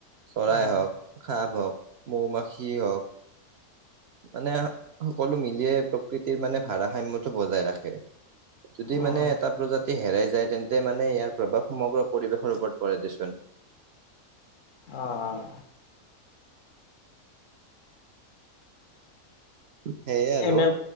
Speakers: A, on the right; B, on the left.
A: চৰাই
B: উম
A: হওক, সাপ হওক, মৌমাখ স, হওক <unintelligible> মানে সকলো মিলিয়ে প্ৰকৃতিৰ মানে ভাৰসাম্যতটো বজাই ৰাখে। যদি
B: উম
A: মানে এটা প্ৰজাতি হেৰাই যায় তেন্তে মানে ইয়াৰ প্ৰভাৱ সমগ্ৰ পৰিৱেশৰ ওপৰত পৰে দেচোন।
B: অ'।
A: সেয়ে আৰু
B: এনে,